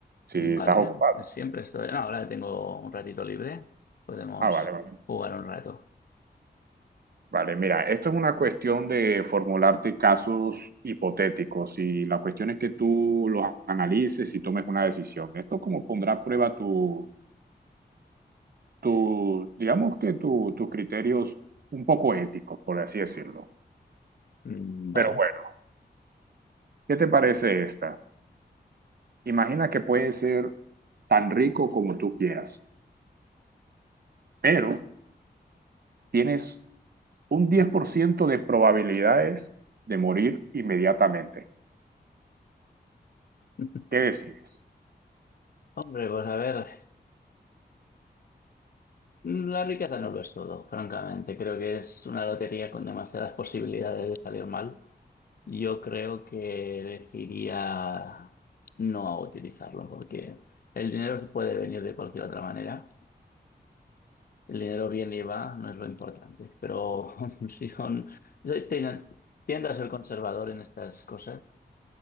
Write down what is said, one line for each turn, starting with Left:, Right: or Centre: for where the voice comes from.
Right: Si
Left: vale,
Right: estás ocupado.
Left: ¿eh? Siempre estoy. No, ahora tengo un ratito libre, podemos
Right: Ah, vale, vale.
Left: jugar un rato.
Right: Vale, mira, esto es una cuestión de formularte casos hipotéticos y la cuestión es que tú los analices y tomes una decisión. Esto como pondrá a prueba tu, tu digamos que tu, tus criterios un poco éticos, por así decirlo.
Left: Mm,
Right: Pero
Left: Vale.
Right: bueno, ¿qué te parece esta? Imagina que puedes ser tan rico como tú quieras, pero tienes un 10% de probabilidades de morir inmediatamente.
Left: <laughs>
Right: ¿Qué decides?
Left: Hombre, pues a ver, mm, la riqueza no lo es todo, francamente. Creo que es una lotería con demasiadas <laughs> posibilidades de salir mal. Yo creo que elegiría no utilizarlo, porque el dinero se puede venir de cualquier otra manera El dinero viene y va, no es lo importante. Pero <laughs> si yo, no- yo ten- tiendo a ser conservador en estas cosas,